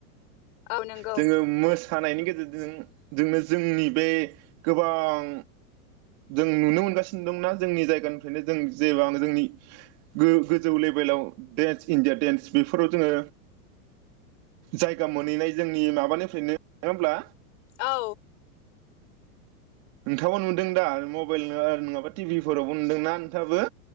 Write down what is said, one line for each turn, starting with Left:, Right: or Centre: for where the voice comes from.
Left: औ नंगौ
Right: जोङो मोसानायनि गेजेरजों जोंनो जोंनि बे <unintelligible> गोबां जों नुनो मोनगासिनो दंना जोंनि जायगानिफ्रायनो जों जेबा जोंनि गो-गोजौ लेभेलाव देन्स इण्डिया दडेन्स बेफोराव जोङो जायगा मोनहैनाय जोंनि माबानिफ्रायनो नोङा होमब्ला
Left: औ
Right: नोंथाङाबो नुदों दा आरो मबाइलनो आरो नङाबा टिभिफोरावबो नुदोंना नोंथाङाबो?